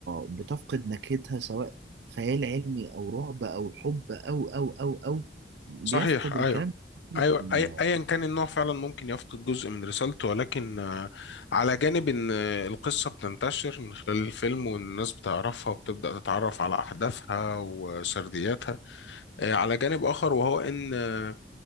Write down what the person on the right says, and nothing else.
بتفقد نكهتها سواء خيال علمي أو رعب أو حب أو أو أو أو بيفقد
الكلام
كله.